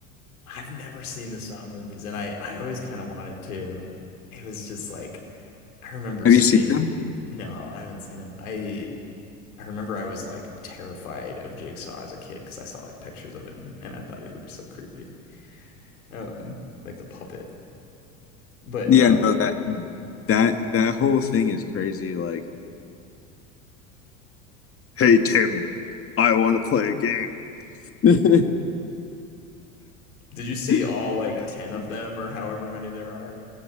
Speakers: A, on the left; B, on the left.
A: I've never seen the Saw movies, and I, I always kind of wanted to. It was just like I remember
B: Have
A: seeing.
B: you seen them?
A: No, I haven't seen him. I I remember I was like terrified of Jigsaw as a kid because I saw like pictures of him and I thought he looked so creepy, um, like the puppet. But
B: Yeah,
A: um,
B: no, that that that whole thing is crazy. Like, hey Tim, I want to play a game. <laughs>
A: did you see
B: Like,
A: all like
B: That's
A: ten
B: crazy.
A: of them or however many there are?